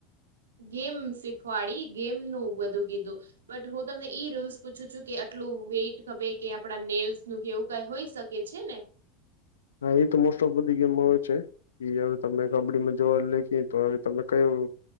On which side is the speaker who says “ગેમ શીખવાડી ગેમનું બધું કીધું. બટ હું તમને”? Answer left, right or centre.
Right